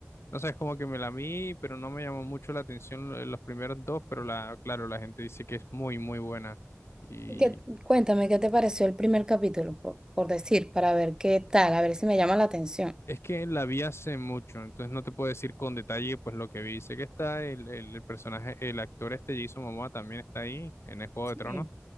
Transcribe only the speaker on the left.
no sé, es como que me la vi, pero no me llamó mucho la atención lo- los primeros dos, pero la, claro, la gente dice que es muy, muy buena. Y
es que la vi hace mucho, entonces no te puedo decir con detalle pues lo que vi. Sé que está el, el, el personaje, el actor este Jason Momoa también está ahí en el Juego
de Tronos.